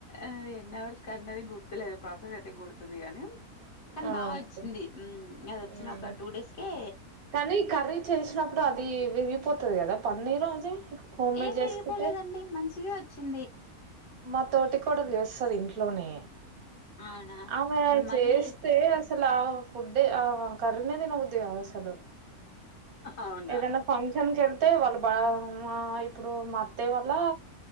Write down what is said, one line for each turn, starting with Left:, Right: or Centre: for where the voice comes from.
Left: ఆ ఎన్ హవర్స్ కన్నది గుర్తులేదు ప్రాసెస్ అయితే గుర్తుంది కానీ కానీ
Right: ఆ!
Left: బాగా
Right: ఓకే.
Left: వచ్చింది అది
Right: హ్మ్.
Left: వచ్చిన ఒక టూ డేస్ కే
Right: కానీ కర్రీ చేసినప్పుడు అది విరిగిపోతది కదా పన్నీరు అది హోమ్‌మేడ్
Left: ఏం
Right: జేసుకుంటే?
Left: విరిగిపోలేదండి మంచిగా వచ్చింది
Right: మా తోటి కోడలు చేస్తది ఇంట్లోనే
Left: అవునా
Right: ఆమె
Left: మేము మళ్ళీ
Right: చేస్తే అస్ సలు ఆ ఫుడ్డే ఆ కర్రీ నే తినబుద్ధి కాదు అసలు
Left: అవునా
Right: ఏదన్నా ఫన్ షన్ కి వెళ్తే వాళ్ళు బ ఇప్పుడు మా అత్తయ్య వాళ్ళ